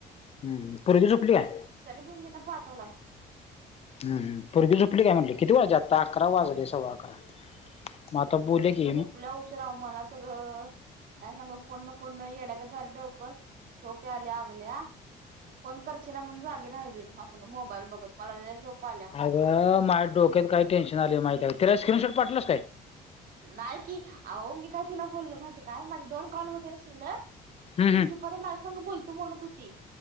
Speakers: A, on the left; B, on the right.
A: हम्म, पुरगी झोपली काय.
B: तरी पण मीन पाठवलाय.
A: हं- हं पुरगी झोपली काय म्हणल, किती वाजल आता अकरा वाजले सव्वा अकरा. मग आता
B: पोरगी
A: बोलले की
B: झुपल्या उशीर अहो, मला तर काय सांगू फोन फोन येड्यागत झालय डोकं, झोप याय लागल्या, फोन करशी ला म्हणून जागी राहिलोय, आपलं मोबाईल बघत, मला लई झोप आल्या.
A: अगं माझ्या डोक्यात काय टेन्शन आलय माहिती आहे का. तिला स्क्रीनशॉट पाठवल्यास.
B: नाही कि. अहो मी काय तिला बोललो माहिती काय, माझ कॉल कॉल होते ना शिल्लक.
A: हम्म हम्म
B: दुपारी माझ्या संग बोलतो म्हणत होती.